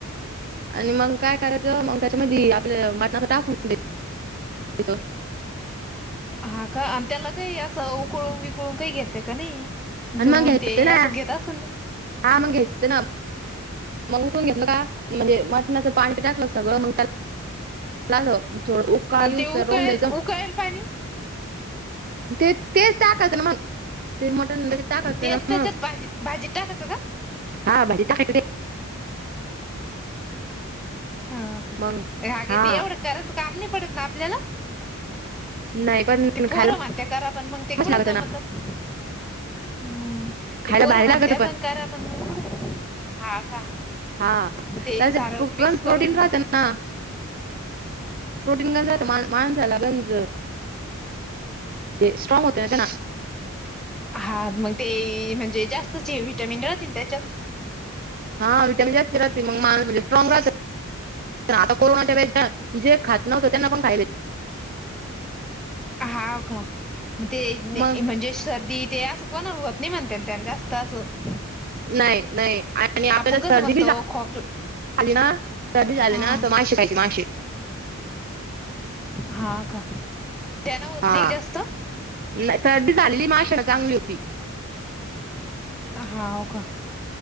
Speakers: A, on the right; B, in the centre.
A: आणि मग काय करायचं मग त्याच्यामध्ये आपलं मटणाचं टाकून द्याच
B: हा का त्याला काही असं उकळून बिकळून काही घेते का नाही
A: आणि
B: धुऊन
A: मग घ्यायचं
B: ते
A: ना
B: असं घेत असल ना
A: हा मग घ्यायचं ना मग उकळून घेतलं का म्हणजे मटणाचं पाणी टाकलं सगळं मग त्या ला मग थोडं उकाळ येऊस
B: ते उकळेल
A: तवर राहून द्यायच
B: उकळेल पाणी
A: ते तेच टाकाचं ना मग ते मटण टाकायचं
B: तेच
A: ना
B: त्याच्यात
A: मग
B: भाजीत भाजीत टाकायचं का?
A: हा भाजी टाकाय
B: हा कां
A: मग हा
B: ते एवढं करत तसं काम नाही पडतं ना आपल्याला
A: नाही पण
B: ते पोरं
A: खायला
B: म्हणतंय करा पण मग ते
A: मस्त
B: कुठं
A: लागत
B: जमतं
A: ना
B: हम्म ते
A: खायला
B: पोरं
A: भारी
B: म्हणतंय
A: लागत
B: त्या पण करा पण कुठं हा का
A: हा त्याच
B: ते सार
A: गंज
B: मिक्स
A: प्रोटीन
B: करून
A: राहत
B: मग
A: ना प्रोटीन
B: हा
A: ग माणसाला गंज <inaudible> स्ट्रॉंग होते यात ना,
B: हा मग ते, म्हणजे जास्तची विटॅमिन राहते ना त्यांच्यात.
A: हा व्हिटॅमिन जास्त राहती मग, मा म्हणजे स्ट्रॉग राहती. आता कोरोनाच्या वेली जे खातं नव्हतं. त्यांना पण खायाले.
B: हाव का, मग ते
A: मग
B: म्हणजे सर्दी ते असं. कोणा होत नाही म्हणत्यात असं जास्त असं
A: नाही. नाही. आणि आपल्याला
B: आपण कसं
A: सर्दी
B: म्हणतो
A: बी झाली
B: खोकला
A: ना सर्दी झाली
B: हा
A: ना तर मासे खायचे मासे
B: हा का त्यांना होत
A: हा
B: नाही जास्त
A: नाही सर्दी झालेली मास्याला चांगली होती
B: हाव कां,